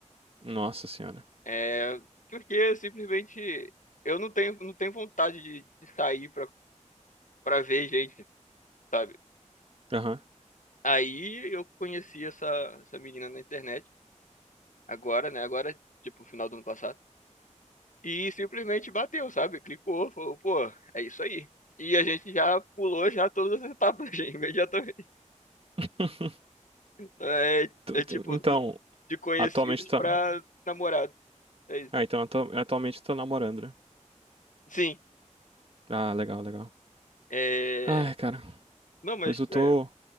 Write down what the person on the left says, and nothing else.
É. Porque simplesmente eu não tenho, não tenho vontade de, de sair pra, pra ver gente, sabe?
Aí eu conheci essa, essa menina na internet, agora, né? Agora, tipo, final do ano passado. E simplesmente bateu, sabe? Clicou, falou, pô, é isso aí. E a gente já pulou já todas as etapas, <laughs> imediatamente.
É,
é
tipo,
do- de conhecidos
pra namorado. É isso.
Sim,
é...
Não, mas...
É...